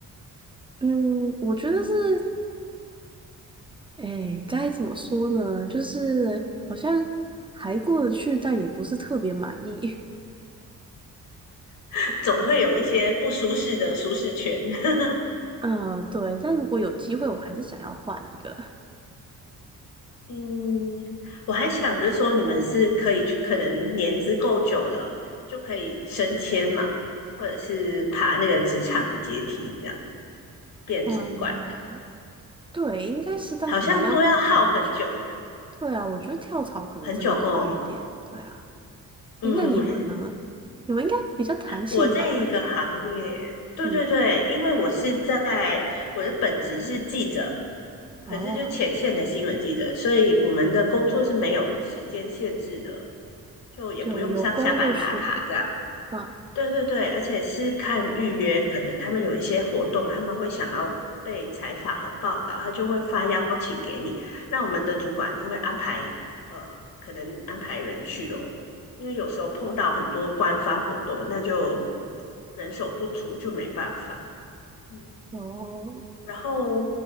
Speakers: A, on the right; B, on the left.
A: 嗯，我觉得是，哎，该怎么说呢？就是好像还过得去，但也不是特别满意，
B: <laughs> 总会有一些不舒适的舒适圈。<laughs>
A: <laughs> 嗯、对，但如果有机会，我还是想要换一个，
B: 嗯，我还想着说，你们是可以去可能年资够久了，就可以升迁嘛，或者是爬那个职场阶梯，这样变主管，
A: 嗯，对，应该是，但可能要很久。
B: 好像都要耗很久吧，
A: 对啊，我觉得跳槽可能真的快一点。
B: 很久吼。
A: 对啊，
B: 嗯，
A: 诶，那你们呢？你们应该比较弹性吧？
B: 我这一个行业，对对对，
A: 嗯，
B: 因为我是在我的本职是记者，可是就前线的新闻记者，
A: 哦，
B: 所以我们的工作是没有时间限制的，就也不用上下班打卡这样。
A: 就有空就去，嗯，
B: 对对对，而且是看预约，可能他们有一些活动，他们会想要被采访和报道，他就会发邀请给你。那我们的主管就会安排，呃，可能安排人去咯，因为有时候碰到很多官方活动，那就人手不足，就没办法。嗯，
A: 哦，
B: 然后